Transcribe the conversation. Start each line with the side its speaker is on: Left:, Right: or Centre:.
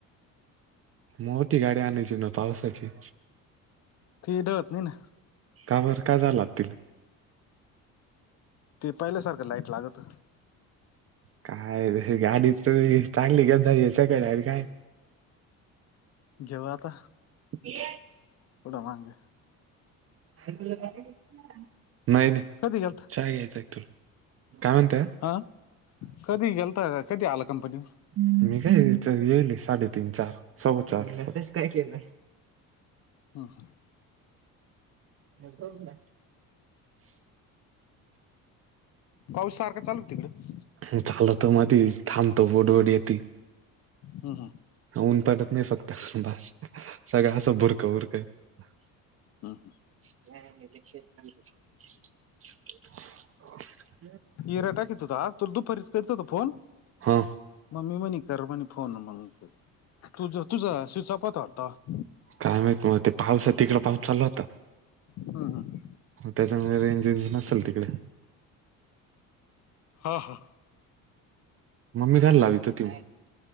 Right: मोठी गाडी आणायची ना पावसाची.
Left: ती ढळत नाही ना.
Right: का बरं काय झालं आता तीला?
Left: ते पहिल्यासारखं लाईट लागतं.
Right: काय गाडी त चांगली घेवून जा याच्याकडे आहेत काय?
Left: जेवला आता.
Right: ह <unintelligible>
Left: उठ मांग.
Right: नाही नाही,
Left: कधी गेलता
Right: च्या घ्यायचाय तुला, काय म्हणताय?
Left: आं. कधी गेलता का, कधी आला कंपनीवर?
Right: मी काय येले साडे तीन चार, सवा चार ला, मॅसेज काय केलाय?
Left: हा हा.
Right: आता उठला?
Left: पाऊस सारखं चालू ये तिकड.
Right: झाला तो मधीच थांबतो. बड बड येती.
Left: हू हू.
Right: ऊन पडत नाही फक्त बास, सगळं असं बुरकं उरक. हजे
Left: हम्म हम्म.
Right: <unintelligible>
Left: ईरा टाकीत होता. तुला दुपारीच करीत होतो फोन
Right: हां.
Left: मग ममी मणे कर म्हणे फोन मग, तुझ तुझा स्विच ऑफ होता वाटत.
Right: काय माहित मग ते. पाऊस आहे तिकड, पाऊस चालला होता.
Left: हम्म हम्म.
Right: तेच्यामूळ रेंज विंज नसल तिकडे.
Left: हा हा.
Right: मम्मी काल लावीत होती म.